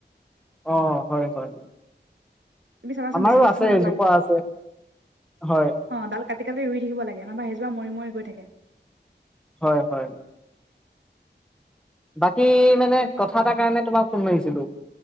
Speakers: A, in the centre; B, on the right.
A: অঁ হয় হয়।
B: তুমি চাবাচোন
A: আমাৰো
B: বেছি কিছুমানত
A: আছে এজোপা আছে হয়।
B: অঁ' ডাল কাটি কাটি ৰুই থাকিব লাগে, নহবা সেজোৱা মৰি মৰি গৈ থাকে।
A: হয় হয়। বাকী মানে কথা এটাৰ কাৰণে তোমাক ফোন মাৰিছিলোঁ।